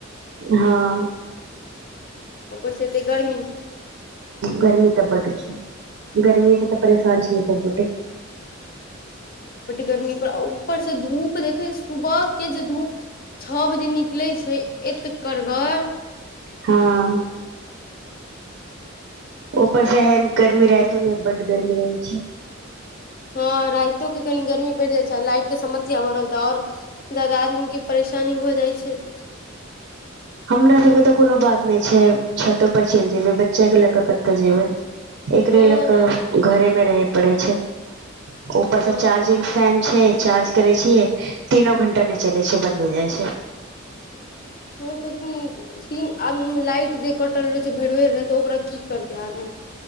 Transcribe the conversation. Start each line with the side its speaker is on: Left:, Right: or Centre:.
Right: हँ
Left: ओपर सँ एतै गर्मी
Right: गर्मी तऽ बड्ड छै गर्मी। कते परेशान छीयै सब गोटे
Left: गरमी पर उ ऊपर से धूप देखे सुबह के जे धूप छ बजे निकलै छै एत करगर
Right: हँ ऊपर से एहन गर्मी रैतो मे बड्ड गर्मी रहै छै
Left: हँ रैतो के कनी गर्मी पड़ि जाइ छै लाइट के समस्या बढ़ल तऽ आऔर जदा आदमी के परेशान शानी भऽ जाइ छै
Right: हमरा सबके तऽ कोनो बात नैक्षछै छतो पर चैल जेयबै बच्चा के लए कऽ कतय जेबै एकरे
Left: हँ
Right: ल क घरे मे रहे पड़े छै ऊपर
Left: हँ
Right: से चार्जिंग फैन छै चार्ज करै छियै तीनो घंटा नै चलै छै बंन्द हो जाइ छै
Left: हँ तऽ तीन आ लाइट जे कटल रहै छै भरि भरि रह त ओकरा की करतै आदमी